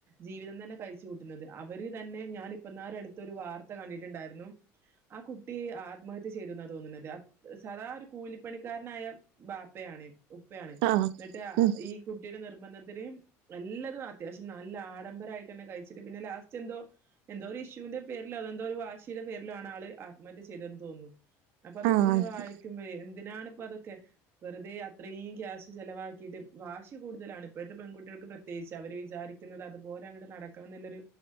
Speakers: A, on the right (about 40°); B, on the right (about 85°).
A: ജീവിതം തന്നെ കഴിച്ച് കൂട്ടുന്നത്. അവര് തന്നെ ഞാന് ഇപ്പന്നാരെ അടുത്ത് ഒരു വാർത്ത കണ്ടിട്ടുണ്ടായിരുന്നു ആ കുട്ടി ആത്മ ഹത്യ ചെയ്തുന്നാ തോന്നുന്നത്. സാദാ ഒരു കൂലിപ്പണിക്കാരനായ ബാപ്പയാണ്. ഉപ്പയാണ്
B: ആഹ്
A: ന്നട്ട്
B: ഉം
A: ഈ കുട്ടിയുടെ നിർബന്ധത്തിന് നല്ലതും അത്യാവശ്യം നല്ല ആഡംബരായിട്ടന്നെ കഴിച്ചിട്ട് പിന്നെ ലാസ്റ്റ് എന്തോ എന്തോരു ഇഷ്യുവിന്റെ പേരിലോ അതെന്തോ ഒരു വാശിയുടെ പേരിലോ ആണ് ആള് ആത്മഹത്യ ചെയ്തെന്ന് തോന്നുന്നു അപ്പ അതൊക്കെങ്ങനെ
B: ആഹ് അത്
A: വായി ക്കുമ്പളെ എന്തിനാണ് ഇപ്പ അതൊക്കെ വെറുതെ അത്രീം ക്യാശ് ചെലവാക്കിട്ട് വാശി കൂടുതലാണ് ഇപ്പഴത്തെ പെൺകുട്ടിയാൾക്ക് പ്രത്യേകിച്ച് അവർ വിചാരിക്കുന്നത് അതുപോലെ അങ്ങട്ട് നടക്കണംന്നില്ലൊരു